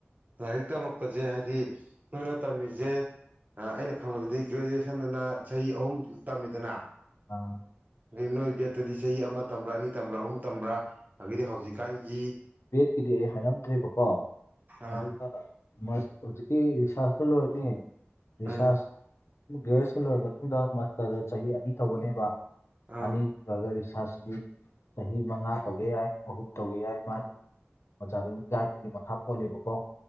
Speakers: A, on the right; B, on the left.
A: ꯂꯥꯏꯔꯤꯛ ꯇꯝꯃꯛꯄꯁꯦ ꯍꯥꯏꯗꯤ ꯅꯣꯏꯅ ꯇꯝꯃꯤꯁꯦ ꯑꯩꯅ ꯈꯪꯕꯗꯗꯤ ꯒ꯭ꯔꯦꯖꯨꯑꯦꯁꯟꯗꯅ ꯆꯍꯤ ꯑꯍꯨꯝ ꯇꯝꯃꯤꯗꯅ
B: ꯑꯥ
A: ꯑ ꯅꯣꯏ ꯕꯦꯠꯇꯗꯤ ꯆꯍꯤ ꯑꯃ ꯇꯝꯕ꯭ꯔꯥ ꯑꯅꯤ ꯇꯝꯕ꯭ꯔꯥ ꯑꯍꯨꯝ ꯇꯝꯕ꯭ꯔꯥ ꯑꯗꯒꯝ ꯍꯧꯖꯤꯛꯀꯥꯟꯒꯤ
B: ꯕꯦꯗꯀꯤꯗꯤ ꯑꯩ ꯍꯥꯏꯔꯝꯗ꯭ꯔꯦꯕꯀꯣ
A: ꯑ
B: ꯑꯗꯨꯒ <unintelligible> ꯍꯧꯖꯤꯛꯀꯤ ꯔꯤꯁ꯭ꯔꯥꯁꯇꯨ ꯂꯣꯏꯕꯅꯤ ꯔꯤꯁ꯭ꯔꯁ
A: ꯎꯝ
B: ꯒ꯭ꯔꯦꯖꯨꯦꯁꯟ ꯂꯣꯏꯔꯕ ꯃꯇꯨꯡꯗ ꯃꯥꯁꯇꯔꯗ ꯆꯍꯤ ꯑꯅꯤ ꯇꯒꯅꯦꯕ
A: ꯑ
B: ꯑꯅꯤ <unintelligible> ꯔꯤꯁ꯭ꯔꯥꯁꯇꯤ ꯆꯍꯤ ꯃꯉꯥ ꯇꯧꯒꯦ ꯌꯥꯏ ꯑꯍꯨꯝ ꯇꯧꯒꯦ ꯌꯥꯏ ꯃꯥꯗꯝ ꯑꯣꯖꯥꯗꯨꯒꯤ ꯒꯥꯏꯗꯠꯇꯨꯒꯤ ꯃꯈꯥ ꯄꯣꯜꯂꯦꯕꯀꯣ